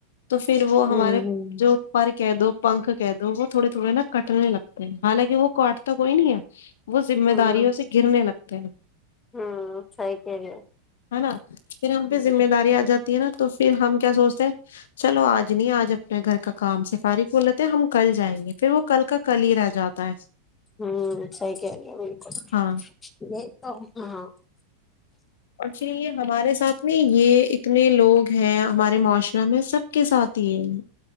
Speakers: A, on the left (about 60°); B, on the left (about 15°).
A: تو پھر وہ ہمارے
B: ہوں ہوں
A: جو پر کہہ دو پنکھ کہہ دو وہ تھوڑے تھوڑے نا کٹنے لگتے ہیں حالانکہ وہ کاٹ تو کوئی نہیں ہے وہ ذمہ
B: ہوں
A: داریوں سے گرنے لگتا تو <unintelligible>
B: ہوں سی کہ رہے
A: ہے نا پ ہم پہذمہ
B: ہو
A: داری آ جات نا تو پھر ہم کیا سوچتے ہیں چلو آج نہیں آج اپنے گھر کا کام سفارغ بول رہتے ہیں ہم کل جائیں گے پھر وہ کل کا کل ہی رہ جاتا ہے
B: ہ سی کہ رہ گ بالکل
A: ہاں
B: یہ تو ہ
A: اور پھر یہ ہمارے ساتھ میں یہ اتنے لوگ ہیں ہمارے معاشرہ میں سب کے ساتھ ہی <unintelligible>